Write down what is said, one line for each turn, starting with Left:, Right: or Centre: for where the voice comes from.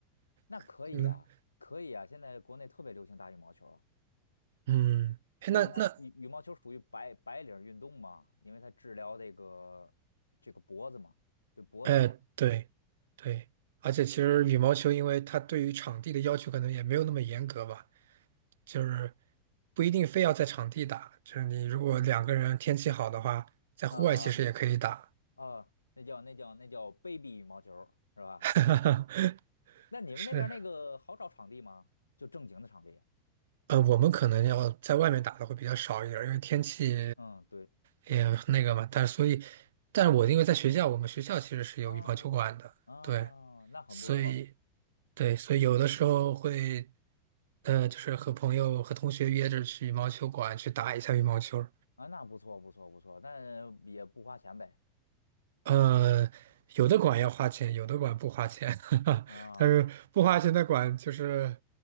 Left: 那可以呀，
Right: <laughs> 嗯
Left: 可以呀，现在国内特别流行打羽毛球，
Right: 嗯，哎，
Left: 就是羽毛羽羽毛球属于白白领运动嘛，
Right: 那那，
Left: 因为它治疗这个这个脖子嘛，对脖子好。
Right: 哎，对对，而且其实羽毛球，因为它对于场地的要求可能也没有那么严格吧，就是不一定非要在场地打，就是你如果两个人天气好的话，在户外其实也可以打。
Left: 啊啊啊哦，那叫那叫那叫 baby 羽毛球儿是吧？
Right: <laughs>
Left: 那你们那边儿那个好找场地吗？
Right: 是，
Left: 就正经的场地？
Right: 呃，我们可能要在外面打的会比较少一点儿因为天气
Left: 嗯，对对
Right: 也那个嘛。但是所以，但是我因为在学校，我们学校其实是有羽毛球馆的，
Left: 啊啊，
Right: 对，
Left: 那很不错
Right: 所以对，所以有的时候会，呃，就是和朋友和同学约着去羽毛球馆去打一下羽毛球
Left: 啊，那不错不错不错，那也不花钱呗
Right: 呃，有的馆要花钱，有的馆不花钱，<laughs>
Left: 啊。
Right: 但是不花钱的馆就是，